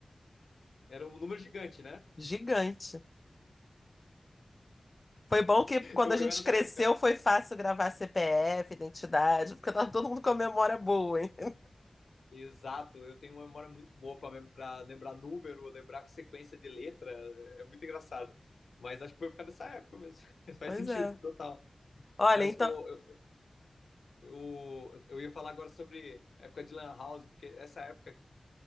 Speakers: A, on the left; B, on the left.
A: Era um número gigante, né?
B: Gigante. Foi bom que quando
A: Eu,
B: a gente
A: eu era
B: cresceu
A: da época.
B: foi fácil gravar CPF, identidade, porque tava todo mundo com a memória boa, hein?
A: Exato, eu tenho uma memória muito boa pra mem- pra lembrar número, lembrar sequência de letra, é muito engraçado. Mas acho que foi por causa dessa época mesmo. <laughs> Faz
B: Pois
A: sentido,
B: é.
A: total.
B: Olha,
A: Mas
B: então.
A: o, eu, eu, eu ia falar agora sobre a época de Lan House, porque essa época